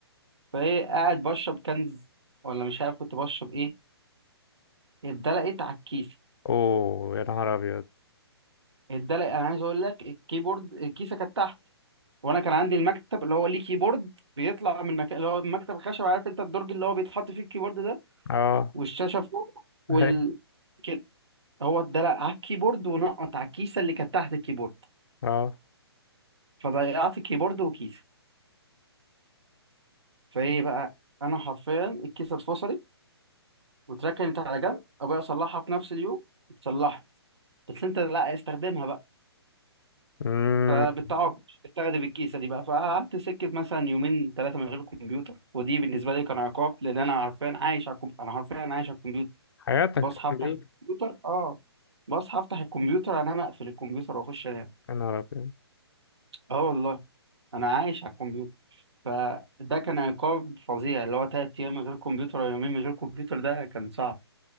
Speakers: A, on the right; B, on the left.
A: فايه قاعد بشرب كنز ولا مش عارف كنت بشرب ايه اتدلقت على الكيسة
B: اوه يا نهار ابيض
A: اتدلق انا عايز اقول لك الكيبورد الكيسة كانت تحت وانا كان عندي المكتب اللي هو ليه كيبورد بيطلع من مكان اللي هو المكتب الخشب عارف انت الدرج اللي هو بيتحط فيه الكيبورد ده،
B: اه
A: والشاشه فوق وال
B: هي
A: كده هو اتدلق على الكيبورد ونقط على الكيسه اللي كانت تحت الكيبورد
B: اه
A: فضيعت الكيبورد وكيسه فايه بقى انا حرفيا الكيسه اتفصلت واتركنت على جنب ابويا صلحها في نفس اليوم اتصلحت بس انت لا استخدمها بقى
B: امم
A: فبتعاقب استخدم الكيسه دي بقى فقعدت سكت مثلا يومين ثلاثه من غير كمبيوتر ودي بالنسبه لي كان عقاب لان انا حرفيا عايش على الكم... انا حرفيا عايش على الكمبيوتر
B: حياتك
A: بصحى
B: الكمبيوتر
A: افتح الكمبيوتر اه بصحى افتح الكمبيوتر انام اقفل الكمبيوتر واخش انام
B: يا نهار ابيض
A: اه والله انا عايش على الكمبيوتر فده كان عقاب فظيع اللي هو تلات ايام من غير كمبيوتر او يومين من غير كمبيوتر ده كان صعب